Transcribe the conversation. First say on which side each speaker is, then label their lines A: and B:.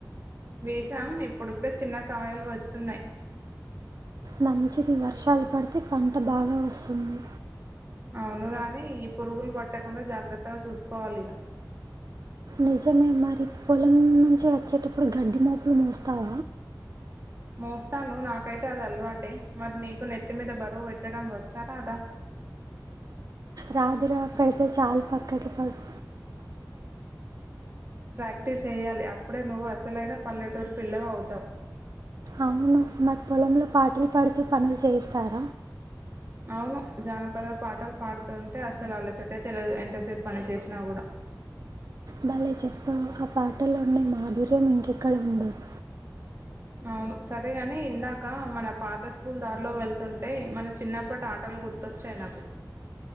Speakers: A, on the right; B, on the right.
A: వేసాం ఇప్పుడిప్పుడె చిన్న కాయలు వస్తున్నాయి
B: మంచిది వర్షాల్ పడితే పంట బాగా వస్తుంది
A: అవును గాని ఈ పురుగులు పట్టకుండా జాగ్రత్తగా చూసుకోవాలి ఇక
B: నిజమే మరి పొలం నుంచి వచ్చేటప్పుడు గడ్డి మోపులు మోస్తావ
A: మోస్తాను నాకైతే అది అలవాటే మరి నీకు నెత్తి మీీద బరువు పెట్టడం వచ్చా రాదా
B: రాదు రా పెడితే చాలు పక్కకి పోద్ది
A: ప్రాక్టీస్ చెయ్యాలె అ అప్పుడే నువ్వు అసలైన పల్లెటూరు పిల్లవవుతావు
B: అవును మాక్ పొలంలో పాటలు పాడుతూ పనులు చేయిస్తార
A: అవును జానపద పాటలు పాడుతుంటే అసలు అల సటె తెలియదు ఎంతసేపు పని చేసినా కూడా
B: భలే చెప్పావు ఆ పాటలు ఉండే మాధుర్యం ఇంకెక్కడ ఉండదు
A: అవును సరేగాని ఇందాక మన పాత స్కూల్ దారిలో వెళ్తుంటే మన చిన్నప్పటి ఆటలు గుర్తొచ్చాయి నాకు